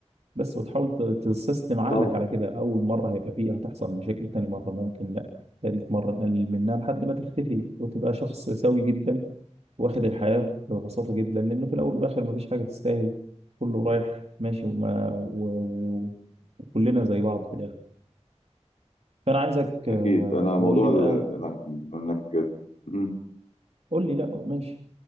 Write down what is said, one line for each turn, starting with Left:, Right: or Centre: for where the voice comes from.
Right: بس وتحاول ت- تسيستم عقلك
Left: طبعا
Right: على كده اول مره هيبقى فيه هتحصل مشاكل تاني مره ممكن لا ثالث مره نقلل منها لحد ما تختفي وتبقى شخص سوي جدا واخد الحياه ببساطه جدا لان في الاول والاخر مفيش حاجه تستاهل كله رايح ماشي وما و... و... وكلنا زي بعض في الاخر فانا عايزك
Left: اكيد
Right: آه،
Left: انا
Right: تقول
Left: موضوع
Right: لي
Left: ال-
Right: بقى
Left: إنك- انك إمم.
Right: قول لي لا ماشي